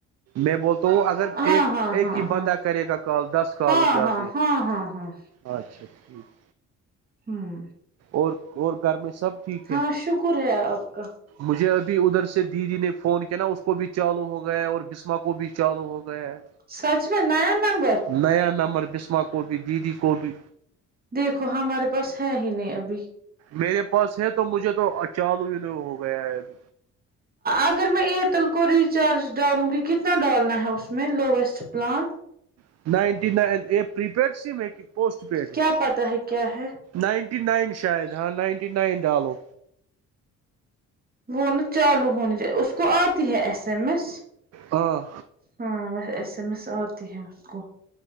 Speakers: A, on the right (about 55°); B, on the right (about 30°).
A: میں بولتا اگر
B: ہاں
A: ایک
B: ہاں
A: ایک
B: ہاں
A: ہی بندہ
B: ہاں
A: کرے گا کال دس کالس
B: ہاں
A: جاتی
B: ہاں ہاں
A: ہے
B: ہاں ہاں
A: اچھا ٹھیک
B: ہوں
A: اور اور گھر میں سب ٹھیک ہے
B: ہاں شکر ہے آپ کا
A: مجھے ابھی ادھر سے جی دیدی نے فون کیا نا اس کو بھی چالو ہو گیا ہے اور بسما کو بھی چالو ہو گیا ہے
B: سچ میں نیا نمبر
A: نیاں نمبر بسم کوبی دیدی کوبی
B: دیکھو ہمارے پاس ہے ہی نہیں ابھی
A: میرے پاس ہے تو مجھے تو چالو ہو گیا ہے اب
B: اگر میں ائٹل ک ریچارج ڈالوں جی یہ کتنا ڈالا ہے اس میں لویسٹ پلان
A: <unintelligible> پیڈ ہے
B: کیا پتاہ ہے کیا ہے
A: نائنٹی نائن شاید ہاں نائنٹی نائن ڈالو
B: وہ نا چالو ہونے جائے اس کو آتی ہے ایس ایم ایس
A: ہاں
B: ہاں ایس ایم ایس آتی ہے اس کو